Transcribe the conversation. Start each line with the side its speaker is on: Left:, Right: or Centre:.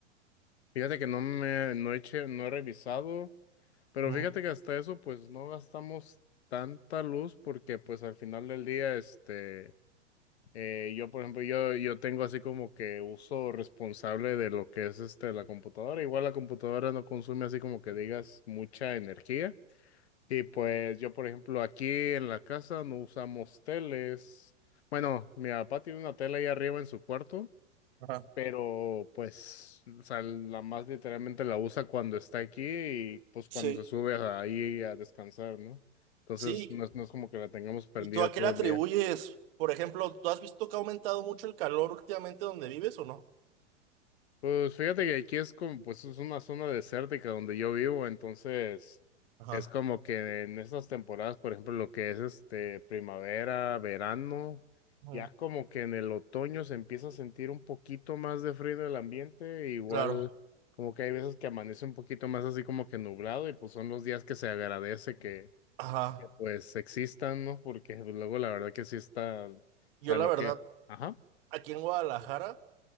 Left: Fíjate que no me, no he che- no he revisado, pero
Right: Mm,
Left: fíjate que hasta eso pues no gastamos tanta luz porque pues al final del día, este, eh, yo por ejemplo, yo, yo tengo así como que uso responsable de lo que es este, la computadora. Igual la computadora no consume así como que digas mucha energía. Y pues yo, por ejemplo, aquí en la casa no usamos teles. Bueno, mi papá tiene una tele ahí arriba en su cuarto,
Right: ajá.
Left: pero pues, o sea, la más literalmente la usa cuando está aquí y pues cuando
Right: Sí.
Left: se sube a- ahí a descansar, ¿no? Entonces,
Right: Sí,
Left: no es, no es como que la tengamos prendida
Right: ¿Y tú a
Left: todo
Right: qué le atribuyes?
Left: el día.
Right: Por ejemplo, ¿tú has visto que ha aumentado mucho el calor últimamente donde vives o no?
Left: Pues fíjate que aquí es como, pues es una zona desértica donde yo vivo, entonces
Right: Ajá.
Left: es como que en estas temporadas, por ejemplo, lo que es este primavera, verano,
Right: Mm,
Left: ya como que en el otoño se empieza a sentir un poquito más de frío en el ambiente, igual
Right: Claro.
Left: como que hay veces que amanece un poquito más así como que nublado y pues son los días que se agradece que,
Right: Ajá.
Left: que pues existan, ¿no? Porque pues, luego la verdad que sí está, o
Right: Yo
Left: sea,
Right: la
Left: lo
Right: verdad,
Left: que, ajá,
Right: aquí en Guadalajara